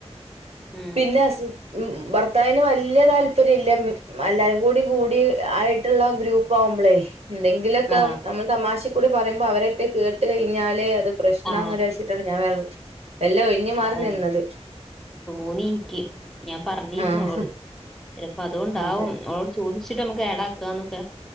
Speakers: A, in the centre; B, on the right.
A: ഉം
B: പിന്നെ ഉ അതതിന് വലിയ താല്പര്യംല്ലല്ല എല്ലാരും കൂടി കൂടി ആയിട്ടുള്ള ഗ്രൂപ്പ് ആവുമ്പോളേ എന്തെങ്കിലൊക്കെ
A: ആ
B: നമ്മൾ തമാശ കൂടി പറയുമ്പോൾ അവരൊട്ടെ കേട്ട കഴിഞ്ഞാല് അത് പ്രശ്നരാഴിച്ചിട്ടാണ്
A: ആ
B: ഞാൻ വേറെ എല്ലാം ഇഴിഞ്ഞഞ് മാറി
A: അതാണ്
B: നിന്നത്
A: തോന്നി എനിക്ക് ഞാൻ പറഞ്ഞിരുന്നു
B: ആഹ്
A: അവളോട് ചിലപ്പോ അതുകൊണ്ടാവും
B: അതെ
A: അവട് ചോദിച്ചിട്ട് നമക്ക് ഏടാക്കാന്നൊക്കെ